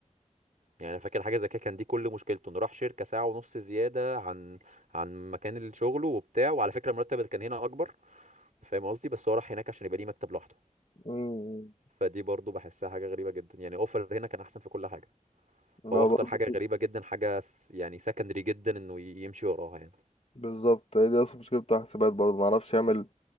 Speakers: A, on the right; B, on the left.
A: يعني انا فاكر حاجة زي كده كان دي كل مشكلته انه راح شركة ساعة ونص زيادة عن عن مكان شغله وبتاع وعلى فكرة المرتب اللي كان هنا اكبر فاهم قصدي بس هو راح هناك عشان يبقى ليه مكتب لوحده
B: امم
A: فدي برضو بحسها حاجة غريبة جدا يعني اوفر هنا كان احسن في كل حاجة
B: ما
A: هو اختار
B: برضه
A: حاجة غريبة جدا حاجة س- يعني سكندري جدا انه ي- يمشي وراها يعني
B: بالظبط هي دي اصلا مشكلة بتاع حسابات برضه ما اعرفش يعمل